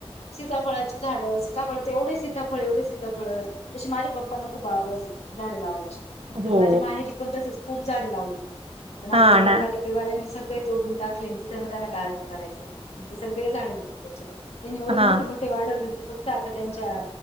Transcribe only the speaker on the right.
हो
हा
ना.
हा